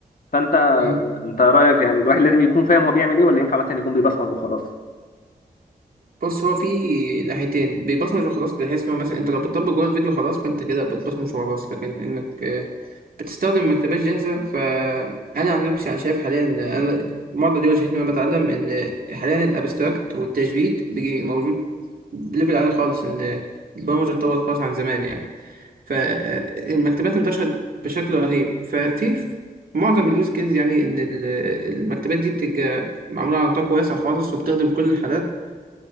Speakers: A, on the left (about 60°); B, on the right (about 65°).
A: فانت
B: امم
A: انت رايك يعني الواحد لازم يكون فاهم هو بيعمل ايه ولا ينفع مثلا يكون بيبصمج وخلاص
B: بص هو في ناحيتين بيبصمج وخلاص بحيث ان هو مثلا انت لو بتطبق جوه الفيديو خلاص فانت كده بتبصمج وخلاص لكن انك آه، بتستخدم مكتبات جاهزه فانا عن نفسي انا شايف حاليا انا المعضله دي واجهتني وانا بتعلم ان حاليا الابستراكت والتجريد بيجي موجود بليفل عالي خالص ان البرمجه اتطورت خالص عن زمان يعني فالمكتبات انتشرت بشكل رهيب ففي معظم اليوز كيز يعني ان ال- المكتبات دي بتبقى معموله على نطاق واسع خالص وبتخدم كل الحالات